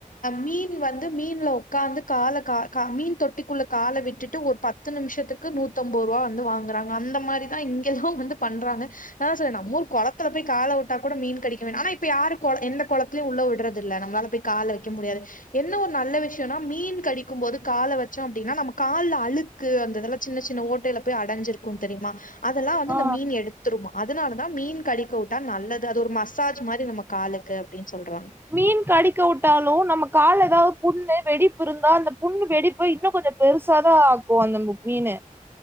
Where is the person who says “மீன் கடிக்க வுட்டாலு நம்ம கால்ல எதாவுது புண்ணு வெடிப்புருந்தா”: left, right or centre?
Right